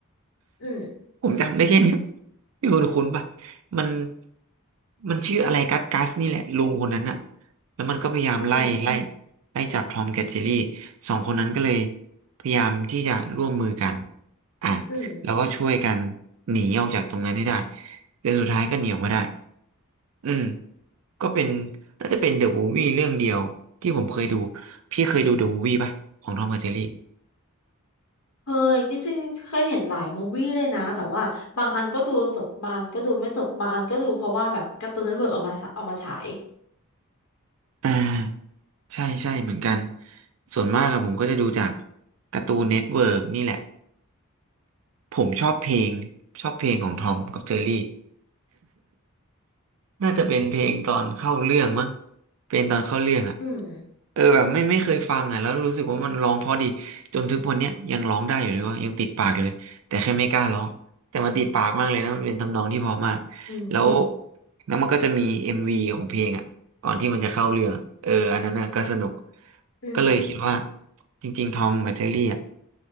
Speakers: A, on the left; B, on the right.
A: อืม
B: ผมจำได้แค่เนี้ยพี่คุณคุณป่ะมันมันชื่ออะไรกัสกัสนี่แหละลุงคนนั้นอะแล้วมันก็พยายามไล่ไล่
A: อืมอืม
B: ไล่จับทอมกับเจอรี่สองคนนั้นก็เลยพยายามที่จะร่วมมือกันอ่ะ
A: อืม
B: แล้วก็ช่วยกันหนีออกจากตรงนั้นให้ได้ แต่สุดท้ายก็หนีออกมาได้ อืม ก็เป็นน่าจะเป็นเดอะมูฟวี่เรื่องเดียวที่ผมเคยดูพี่เคยดูเดอะมูฟวี่ป่ะของทอมกับเจอรี่
A: เคยจริงๆเคยเห็นหลายมูฟวี่เลยนะแต่ว่าบางอันก็ดูจบบางอันก็ดูไม่จบบางอันก็ดูเพราะว่าแบบการ์ตูนเน็ตเวิร์กเอามาเอามาฉาย
B: อ่า ใช่ใช่เหมือนกัน ส่วนมากอะผมก็จะดูจากการ์ตูนเน็ตเวิร์กนี่แหละ ผมชอบเพลงชอบเพลงของทอมกับเจอรี่ น่าจะเป็นเพลงตอนเข้าเรื่องมั้งเป็นตอนเข้าเรื่องอ่ะ
A: อืม
B: เออแบบไม่ไม่เคยฟังอ่ะแล้วรู้สึกว่ามันร้องเพราะดีจนทุกวันเนี้ยยังร้องได้อยู่เลยว่ายังติดปากอยู่เลยแต่แค่ไม่กล้าร้องแต่มันติดปากมากเลยนะมันเป็นทำนองที่เพอมาก
A: อืม
B: แล้วแล้วมันก็จะมีเอ็มวีของเพลงอ่ะก่อนที่มันจะเข้าเรื่องอะเอออันนั้นน่ะก็สนุก
A: อืม
B: ก็เลยคิดว่าจริงๆทอมกับเจอรี่อ่ะ